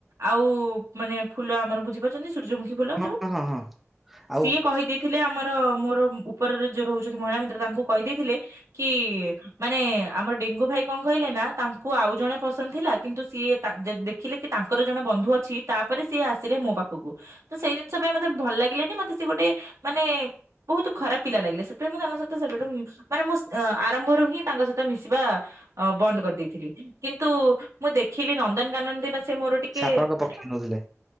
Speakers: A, on the right; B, in the centre.
A: ଆଉ ମାନେ ଫୁଲ ଆମର ବୁଜିପାରୁଚନ୍ତି ସର୍ଯ୍ୟମୁଖୀ ଫୁଲ
B: ହଁ
A: ଯୋଉ
B: ହଁ ହଁ ହଁ। ଆଉ
A: ସିଏ କହିଦେଇଥିଲେ ଆମର ମୋର ଉପରରେ ଯୋଉ ରହୁଚନ୍ତି ମହିଳା ମିତ୍ର ତାଙ୍କୁ କହିଦେଇଥିଲେ କି ମାନେ ଆମର ଡେଙ୍ଗୁ ଭାଇ କଅଁ କହିଲ ନା ତାଙ୍କୁ ଆଉ ଜଣେ ପସନ୍ଦ ଥିଲା କିନ୍ତୁ ସିଏ ତା ଦେ-ଦେଖିଲେ କି ତାଙ୍କର ଜଣେ ବନ୍ଧୁ ଅଛି ତାପରେ ସିଏ ଆସିଲେ। ମୋ ପାଖକୁ ତ ସେଇ ଜିନିଷ ପାଇଁ ମତେ ଭଲ ଲାଗିଲେନି ମତେ ସେଏ ଗୋଟେ ମାନେ ବହୁତ ଖରାପ ପିଲା ଲାଗିଲେ ସେଥିପାଇଁ ମୁଁ ତାଙ୍କ ସହିତ ସେବେଠୁ ମାନେ ମୁଁ ଆରମ୍ଭରୁ ହିଁ ତାଙ୍କ ସହିତ ମିଶିବା ଅ ବନ୍ଦ କରିଦେଇଥିଲି କିନ୍ତୁ ମୁଁ ଦେଖିଲି ନନ୍ଦନକାନନ ଦିନ ସେ ମୋର ଟିକେ
B: ଆପଣଙ୍କ
A: ମାନେ
B: ପକ୍ଷ ନଉଥିଲେ